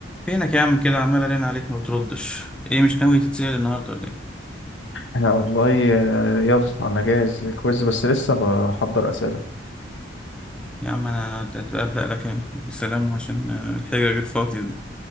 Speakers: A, in the centre; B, on the left.
A: فينك يا عم كده عمال ارن عليك ما بتردش ايه مش ناوي تتسأل النهارده ولا ايه
B: أنا والله آه، يلا انا جاهز للكويز بس لسه بحضر اسئله
A: يا عم انا ابدأ لك انا السلام عشان آه، الحجج الفاضية دي